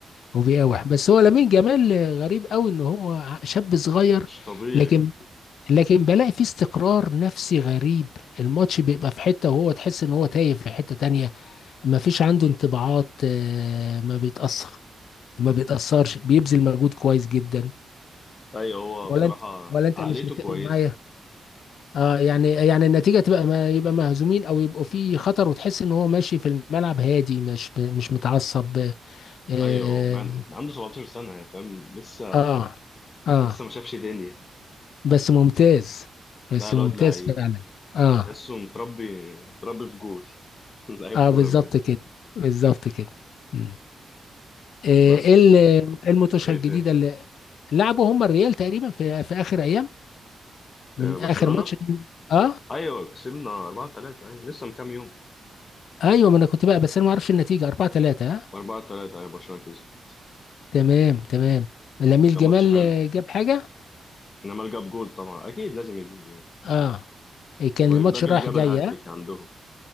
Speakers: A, on the left; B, on the left.
A: وبيقاوح بس هو لامين جمال غريب قوي ان هو ع- شاب صغير
B: مش طبيعي
A: لكن لكن بلاقي فيه استقرار نفسي غريب الماتش بيبقى في حته وهو تحس ان هو تايه في حته تانية ما فيش عنده
B: مم.
A: انطباعات آه، ما بيتاثر ما بيتاثرش بيبذل مجهود كويس جدا
B: ايوه هو
A: ولا
B: بصراحه
A: انت ولا انت
B: عقليته
A: مش متفق
B: كويسه
A: معايا اه يعني يعني النتيجه تبقى ما يبقى مهزومين او يبقوا في خطر وتحس ان هو ماشي في الملعب هادي مش مش متعصب اه
B: ايوه مان عنده 17 سنه يعني، فاهم لسه
A: اه آه.
B: لسه ما شافش دنيا
A: بس ممتاز بس
B: لا الواد
A: ممتاز
B: لعيب
A: فعلا اه
B: تحسه متربي متربي في جول <laughs> لعيب
A: اه
B: كوره
A: بالظبط
B: بجد
A: كده بالظبط كده مم. آه،
B: بس
A: ايه ال- إيه الماتشات
B: ايه
A: الجديده
B: تاني
A: اللي لعبوا هم الريال تقريبا في في اخر ايام من
B: آه برشلونه
A: اخر ماتش كان- اه
B: ايوه كسبنا 4 3 ايوه لسه من كام يوم
A: ايوه ما انا كنت بقى بس انا ما اعرفش النتيجه 4 3 اه
B: 4 3 ايوه برشلونه كسب
A: تمام تمام لامين
B: بس كان
A: جمال
B: ماتش حلو
A: آه، جاب حاجه
B: انما جاب جول طبعا اكيد لازم يجيب جول
A: اه إيه، كان
B: ومبابي
A: الماتش رايح
B: اللي جاب
A: جاي
B: الهاتريك
A: اه
B: عندهم